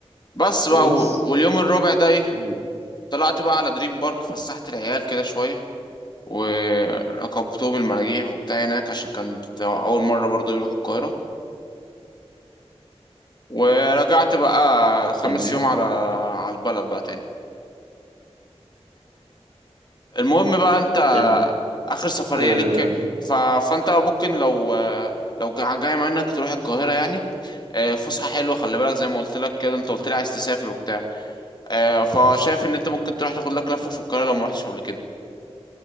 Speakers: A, on the left; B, on the right.
A: بس
B: كويس
A: بقى و... واليوم الرابع ده ايه
B: آه،
A: طلعت بقى على دريم بارك فسحت العيال كده شويه وركبتهم المراجيح وبتاع هناك عشان كانت اول مره برضو يروحوا القاهره ورجعت بقى خمس
B: تمام
A: يوم على على البلد بقى تاني المهم بقى انت
B: تمام
A: اخر سفرية
B: آه،
A: ليك ف... فانت ممكن لو لو جا- جاي منك تروح القاهرة يعني آه، فسحة حلوة خلي بالك زي ما قلت لك كده انت قلت لي عايز تسافر وبتاع آه، فشايف ان انت ممكن تروح تاخد لك لفة في القاهرة لو ما رحتش قبل كده